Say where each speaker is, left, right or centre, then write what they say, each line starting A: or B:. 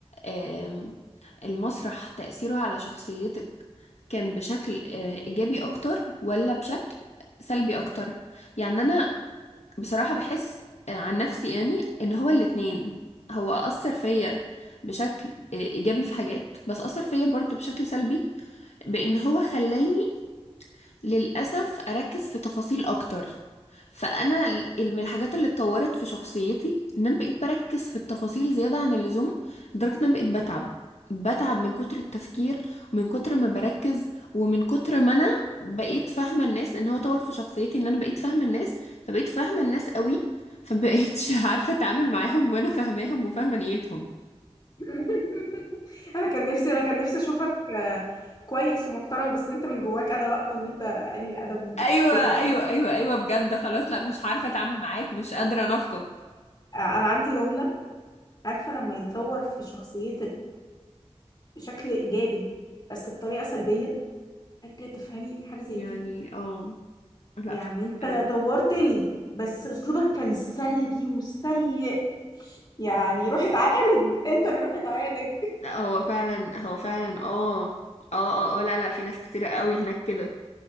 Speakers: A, on the left; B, on the left.
A: آم، المسرح تأثيره على شخصيتك كان بشكل آه، ايجابي اكتر ولا بشكل سلبي اكتر يعني انا بصراحه بحس آه، عن نفسي يعني ان هو الاتنين هو اثر فيا بشكل آه، ايجابي في حاجات بس اثر فيا برضو بشكل سلبي بان هو خلاني للأسف أركز في تفاصيل أكتر فأنا ال- من الحاجات اللي اتطورت في شخصيتي إن أنا بقيت بركز في التفاصيل زيادة عن اللزوم لدرجة إن أنا بقيت بتعب بتعب من كتر التفكير ومن كتر ما بركز ومن كتر ما أنا بقيت فاهمة الناس لأن هو طور في شخصيتي إن أنا بقيت فاهمة الناس فبقيت فاهمة الناس قوي فمبقيتش <laughs> عارفة أتعامل معاهم وأنا فاهماهم وفاهمة نيتهم
B: <laughs> انا كان نفسي انا كان نفسي اشوفك آه، كويس ومحترم بس انت من جواك انا لقطة ان انت قليل ادب وحقير
A: ايوه
B: <laughs>
A: ايوه ايوه ايوه بجد خلاص لا مش عارفه اتعامل معاك مش قادره انافقك
B: آه، انا عندي جملة عارفة لما يطور في شخصية بشكل ايجابي بس بطريقه سلبيه قادره تفهمي حاجه زي
A: يعني
B: دي
A: اه لا
B: يعني
A: فاهمك
B: انت
A: قوي
B: طورتني بس اسلوبك كان سلبي وسيء يعني روح اتعالج انت اللي روح اتعالج
A: لا هو فعلا هو فعلا اه اه اه اه لا لا في ناس كتيرة قوي هناك كده